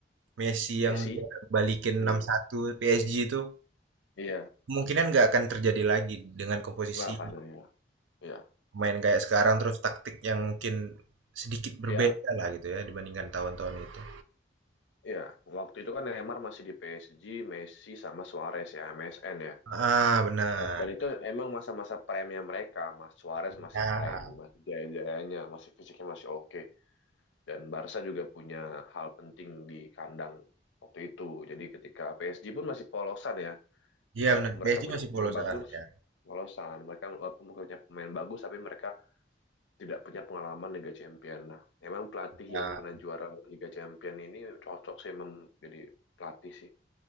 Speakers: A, on the right; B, on the left.
A: Messi
B: Messi,
A: yang dia balikin
B: Mm.
A: 6-1 PSG itu
B: iya
A: Kemungkinan nggak akan terjadi lagi dengan komposisi
B: nggak kan ya, iya,
A: pemain kayak sekarang, terus taktik yang mungkin sedikit berbeda
B: iya,
A: lah gitu ya dibandingkan tahun-tahun itu.
B: iya. Waktu itu kan Neymar masih di PSG, Messi sama Suarez ya MSN ya.
A: Ah benar.
B: Dan dan itu emang masa-masa prime mereka, Mas Suarez
A: Nah,
B: masih prime, masih jaya-jayanya, masih fisiknya masih oke. Dan Barca juga punya hal penting di kandang waktu itu. Jadi ketika PSG pun masih polosan ya.
A: iya
B: Walaupun
A: bener,
B: mereka
A: PSG
B: punya
A: masih
B: pemain
A: polosan
B: bagus,
A: ya.
B: polosan. Mereka walaupun punya pemain bagus, tapi mereka tidak punya pengalaman Liga Champions. Nah, memang pelatih
A: Nah,
B: yang pernah juara Liga Champions ini cocok sih mem- jadi pelatih sih.